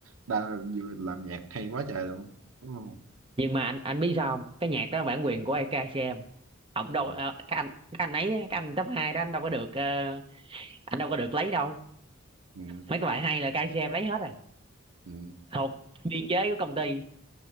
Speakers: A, on the right (about 85°); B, on the right (about 25°).
A: đa vừa làm nhạc hay quá trời luôn đúng không
B: nhưng mà anh anh biết sao không cái nhạc đó bản quyền của cây ATM ông đâu
A: ừ,
B: ờ, cái anh cái anh ấy cái anh top 2 đó anh đâu có được ờ, anh đâu có được lấy đâu
A: ừ,
B: mấy cái bài hay là cây ATM lấy hết rồi
A: ừ.
B: thuộc biên chế của công ty